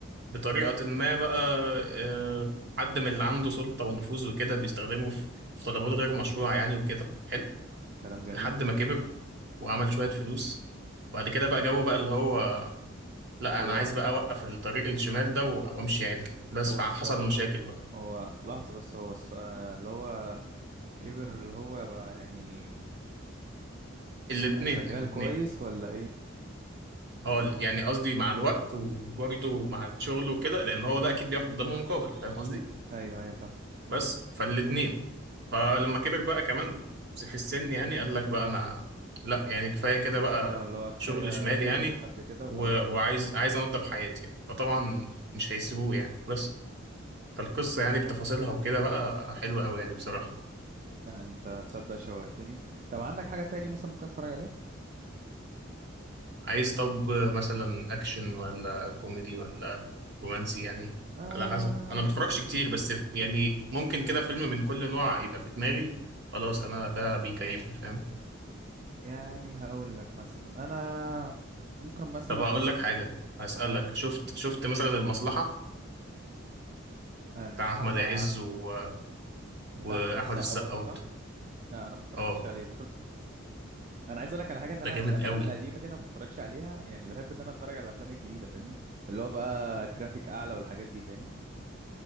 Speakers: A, on the right; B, on the right.
A: بطريقة ما بقى آه، حد من اللي عنده سلطة ونفوذ وكده بيستخدمه في في طلبات غير مشروعة يعني وكده حلو
B: كلام جميل
A: لحد ما كبر وعمل شوية فلوس وبعد كده بقى جو بقى اللي هو لا
B: هو
A: أنا عايز بقى أوقف الطريق الشمال ده و- وأمشي عدل بس
B: هو
A: فحصل
B: السؤال
A: مشاكل بقى
B: هو لحظة بس هو السؤال اللي هو كبر اللي هو بقى يعني
A: الاتنين
B: بقى شغال
A: الاتنين
B: كويس ولا ايه
A: اه يعني قصدي مع الوقت وبرضه مع الشغل وكده لأن هو ده أكيد بياخد قدامه مقابل فاهم قصدي
B: ايوه ايوه فاهم
A: بس فالاتنين فلما كبر بقى كمان في السن يعني قال لك بقى انا لا يعني كفايه كده بقى
B: اه اللي هو كفاية
A: شغل شمال
B: شغل
A: يعني
B: لحد كده وخلاص
A: و... وعايز عايز انضف حياتي فطبعا مش هيسيبوه يعني بس فالقصه يعني بتفاصيلها وكده بقى حلوه قوي يعني بصراحه
B: لا انت تصدق شوقتني طب عندك حاجة تاني مثلا ممكن اتفرج عليها
A: عايز طب مثلا اكشن ولا كوميدي ولا رومانسي يعني
B: آه
A: على حسب انا ما بتفرجش كتير بس ف- يعني ممكن كده فيلم من كل نوع يبقى في دماغي خلاص انا ده بيكيفني فاهم
B: يعني هقول لك مثلا انا ممكن مثلا
A: طب هقول لك حاجه هسألك
B: تمام
A: شفت شفت مثلا المصلحه
B: آه المصلحة
A: بتاع احمد
B: بتاع
A: عز و... واحمد
B: بتاع احمد السقا
A: السقا
B: برضو
A: برضه
B: صح لا انا ما اتفرجتش
A: اه
B: عليه برضه انا عايز اقول لك على حاجه ان انا
A: ده جامد
B: الافلام
A: قوي
B: القديمه دي انا ما بتفرجش عليها يعني بحب ان انا اتفرج على الافلام الجديده فاهمني اللي هو بقى جرافيك اعلى والحاجات دي فاهمني